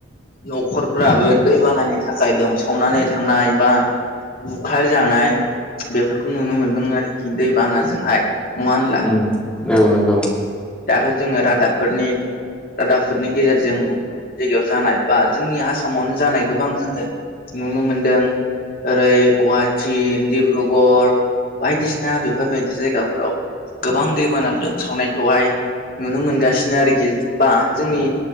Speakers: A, on the left (about 50°); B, in the centre.
A: न'खरफोराबो दैबानानि थाखाय लोमसावनानै थांनाय बा बुखार जानाय बेफोरखौ नुनो मोनदों आरोखि दै बानाजोंहाय। <unintelligible>
B: उम औ नंगौ।
A: दाथ' जोङो रादाबफोरनि रादाबफोरनि गेजेरजों गुबुन गुबुन जायगायाव जानाय बा जोंनि आसामावनो जानाय गोबां जोङो नुनो मोनदों। ओरै गुवाहाटिी डिब्रुगऱ बायदिसिना बेफोरबायदि जायगाफोराव गोबां दैबाना लोमसावनायखौहाय नुनो मोनगासिनो आरोखि बा जोंनि